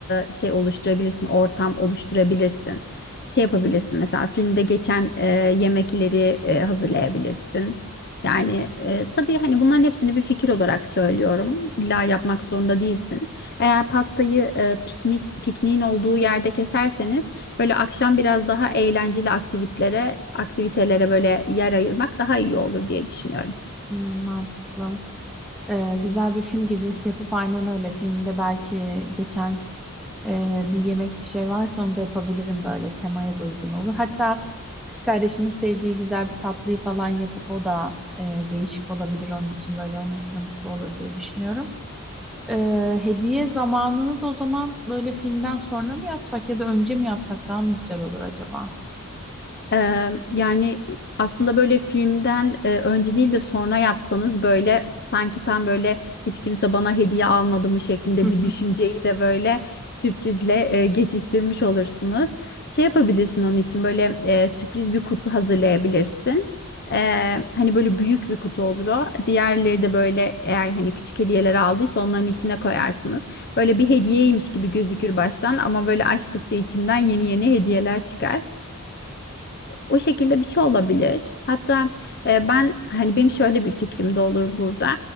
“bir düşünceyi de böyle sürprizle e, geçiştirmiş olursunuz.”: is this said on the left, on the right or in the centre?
Left